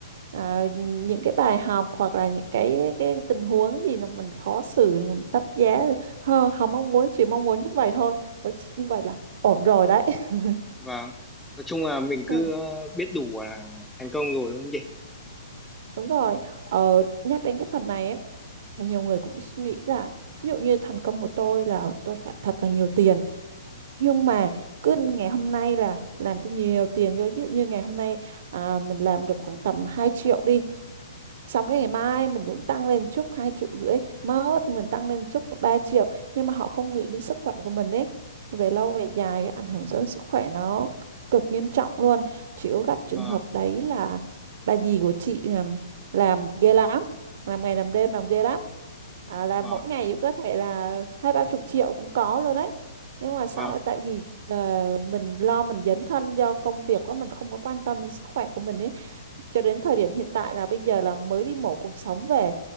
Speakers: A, on the right; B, in the centre.
A: à, những cái bài học hoặc là những cái cái tình huống gì mà mình khó xử mình đắt giá Hơ, không mong muốn chỉ mong muốn như vậy thôi với chị như vậy là ổn rồi đấy <laughs>
B: vâng nói chung là mình cứ
A: Ừ,
B: ờ, biết đủ là thành công rồi đúng không chị
A: đúng rồi ờ, nhắc đến cái phần này ấy, nhiều người cũng suy nghĩ là ví dụ như thành công của tôi là tôi phải thật là nhiều tiền nhưng mà cứ ngày hôm nay là làm cho nhiều tiền vô ví dụ như ngày hôm nay à, mình làm được khoảng tầm 2 triệu đi xong cái ngày mai mình cũng tăng lên chút hai triệu rưỡi mốt mình tăng lên chút ba triệu nhưng mà họ không nghĩ đến sức khỏe của mình ấy về lâu về dài ảnh hưởng tới sức khỏe nó cực nghiêm trọng luôn chị có gặp
B: vâng
A: trường hợp đấy là bà dì của chị làm làm ghê lắm làm ngày làm đêm làm ghê lắm à, làm
B: vâng
A: mỗi ngày cũng có thể là hai ba chục triệu cũng có luôn đấy nhưng mà xong
B: vâng
A: rồi tại vì ờ, mình lo mình dấn thân do công việc quá mình không có quan tâm đến sức khỏe của mình ấy cho đến thời điểm hiện tại là bây giờ là mới đi mổ cột sống về